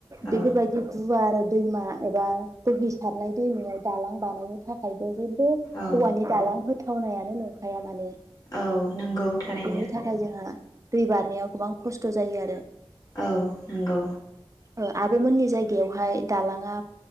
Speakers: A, on the left; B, on the right.
A: औ
B: बेफोरबायदि गुवार दैमा एबा बोहै सारनाय दैमायाव दालां बानायनो थाखायबो जे।
A: औ
B: औवानि दालां हो थावनायानो नोंखाया माने
A: औ नंगौ थारैनो।
B: बिनि थाखाय जोंहा दै बारनायाव गोबां खस्थ' जायो आरो
A: औ नंगौ।
B: ओ आब'मोननि जायगायावहाय दालाङा